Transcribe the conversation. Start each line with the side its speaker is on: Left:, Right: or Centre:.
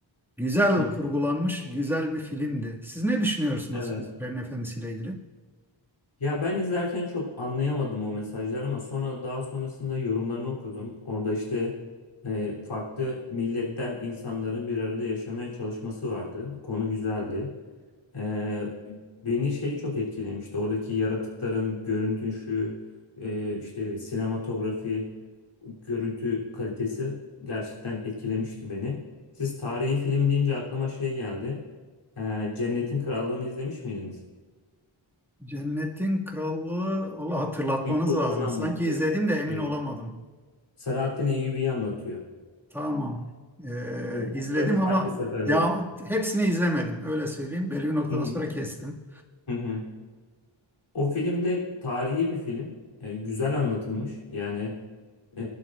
Centre: güzel
Left: Hı hı,
Centre: kurgulanmış, güzel bir filmdi. Siz ne düşünüyorsunuz
Left: Evet.
Centre: Yüzüklerin Efendisi ile ilgili?
Left: Ya ben izlerken çok anlayamadım o mesajları ama sonra daha sonrasında yorumlarını okudum. Orada işte e, farklı milletten insanların bir arada yaşamaya çalışması vardı. Konu güzeldi. Ee, beni şey çok etkilemişti. Oradaki yaratıkların görüntüsü, e, işte sinematografi. görüntü kalitesi gerçekten etkilemişti beni. Siz tarihi film deyince aklıma şey geldi. Ee, Cennetin Krallığı'nı izlemiş miydiniz?
Centre: Cennetin Krallığı, Allah hatırlatmanız
Left: İlk Sultan'ı
Centre: lazım.
Left: anlatıyor.
Centre: Sanki izledim de emin
Left: Evet.
Centre: olamadım.
Left: Selahattin Eyyubi'yi anlatıyor.
Centre: Tamam, Ee,
Left: Biz-
Centre: izledim
Left: Hatırladınız
Centre: ama
Left: Haçlı Seferleri.
Centre: devam, hepsini izlemedim. Öyle söyleyeyim. Belli bir noktadan
Left: Hı hı.
Centre: sonra kestim.
Left: Hı hı. O filmde tarihi bir film. Ee, güzel anlatılmış. Yani e,